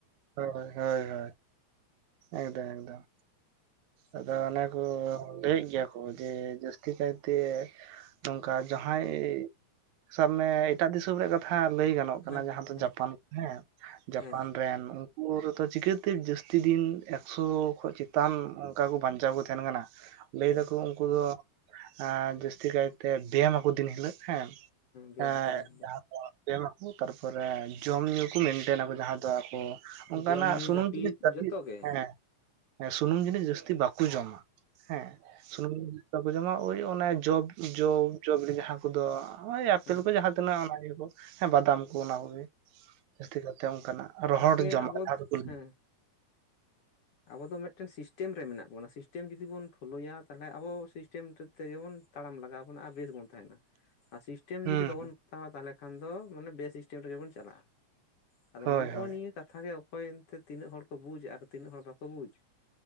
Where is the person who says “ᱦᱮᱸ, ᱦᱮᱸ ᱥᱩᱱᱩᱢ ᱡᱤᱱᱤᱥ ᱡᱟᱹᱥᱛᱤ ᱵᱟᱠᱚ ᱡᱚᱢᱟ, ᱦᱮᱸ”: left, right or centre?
Right